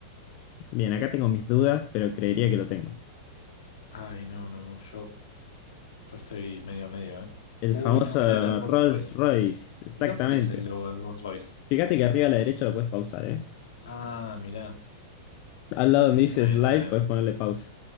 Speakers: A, on the left; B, on the left.
A: bien, acá tengo mis dudas, pero creería que lo tengo.
B: Ay, no, no, no, yo, yo estoy medio a medio, ¿eh?
A: El
B: Uy,
A: famoso
B: no, mirá, era Rolls
A: Rolls-Royce,
B: Royce.
A: exactamente.
B: ¿Pero cuál es el logo del Rolls Royce?
A: Fíjate que arriba a la derecha lo puedes pausar, ¿eh?
B: Ah, mirá,
A: Al lado donde dice
B: está bien,
A: slide,
B: está bien.
A: puedes ponerle pausa.